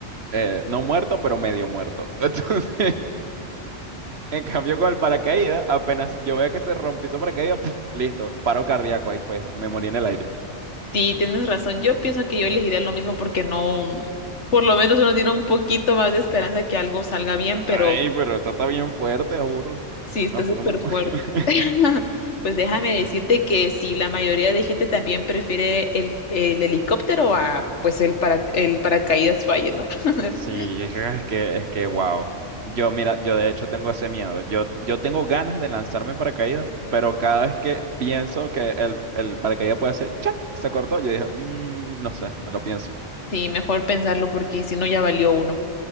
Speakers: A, on the right; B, on the left.
A: eh, no muerto, pero medio muerto. <laughs> Entonces, En cambio, con el paracaídas, apenas yo veo que se rompió ese paracaídas, ¡puf! listo, paro cardíaco, ahí fue, me morí en el aire.
B: Sí, tienes razón. Yo pienso que yo elegiría lo mismo porque no, mm, por lo menos uno tiene un poquito más de esperanza que algo salga bien,
A: Ay,
B: pero
A: pero eso está bien fuerte, juro.
B: sí, está
A: Ah, juro,
B: súper
A: me muero.
B: fuerte.
A: <laughs>
B: <laughs> Pues déjame decirte que sí, la mayoría de gente también prefiere el, el helicóptero a pues el para el paracaídas falle, ¿no? <laughs>
A: Sí, es que, es que, wow. Yo, mira, yo de hecho tengo ese miedo. Yo, yo tengo ganas de lanzarme en paracaídas, pero cada vez que pienso que el, el paracaídas puede hacer, ¡chac! Se cortó, yo digo, "Mm, no sé, me lo pienso.
B: Sí, mejor pensarlo porque si no ya valió uno.